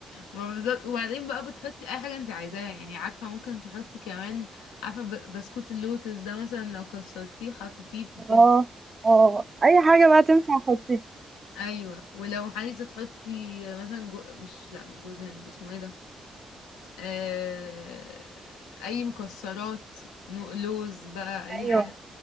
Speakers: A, on the left; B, on the right.
A: ما بالظبط وبعدين بقى بتحطي اي حاجه انت عايزاها يعني عارفه ممكن تحطي كمان عارفه ب- بسكوت اللوتس ده مثلا لو كسرتيه وحطيتيه بتدي
B: اه اه اي حاجه بقى تنفع حطيها
A: ايوه ولو عايزه تحطي مثلا جو... مش لا مش جوز هند اسمه ايه ده آه... اي مكسرات نو- لوز بقى اي
B: ايوه
A: حاجه